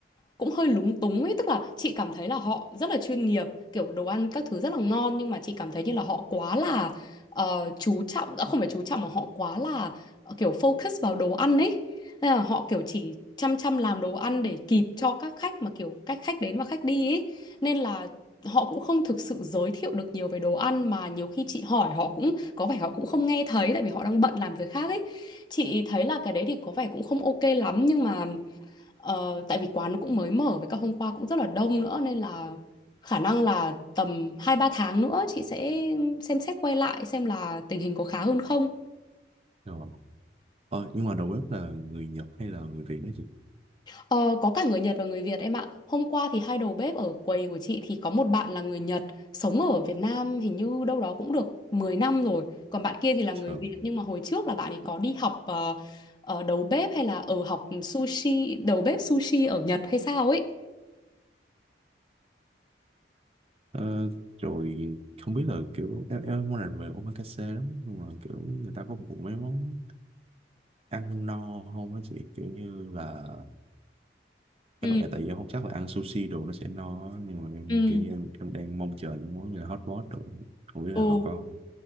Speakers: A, on the left; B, on the right.
A: cũng hơi lúng túng ấy tức là chị cảm thấy là họ rất là chuyên nghiệp kiểu đồ ăn các thứ rất là ngon nhưng mà chị cảm thấy như là họ quá là ờ, chú trọng à, không phải chú trọng mà họ quá là ờ, kiểu focus vào đồ ăn ấy Nên là họ kiểu chỉ chăm chăm làm đồ ăn để kịp cho các khách mà kiểu cách khách đến và khách đi ấy nên là họ cũng không thực sự giới thiệu được nhiều về đồ ăn mà nhiều khi chị hỏi họ cũng có vẻ họ cũng không nghe thấy tại vì họ đang bận làm việc khác ấy chị thấy là cái đấy thì có vẻ cũng không ok lắm nhưng mà Ờ, tại vì quán nó cũng mới mở với cả hôm qua cũng rất là đông nữa nên là khả năng là tầm hai ba tháng nữa chị sẽ xem xét quay lại xem là tình hình có khá hơn không.
B: Ờ. Ờ, nhưng mà đầu bếp là người Nhật hay là người Việt đó chị?
A: Ờ, có cả người Nhật và người Việt em ạ. Hôm qua thì hai đầu bếp ở quầy của chị thì có một bạn là người Nhật, sống ở Việt Nam hình như đâu đó cũng được 10 năm rồi. Còn bạn kia thì là người
B: Ờ.
A: Việt nhưng mà hồi trước là bạn ấy có đi học ờ, ờ, đầu bếp hay là ở học sushi, đầu bếp sushi ở Nhật hay sao ấy.
B: Ờ, rồi không biết là kiểu em, em món này về omakase lắm nhưng mà kiểu người ta có phục vụ mấy món ăn no không á chị kiểu như là
A: Ừ,
B: em, em- tại vì em không chắc là ăn sushi đồ nó sẽ no á, nhưng mà em
A: ừ,
B: kiểu như em, em đang mong chờ những món như là hot pot đồ không biết là
A: ừ.
B: họ có không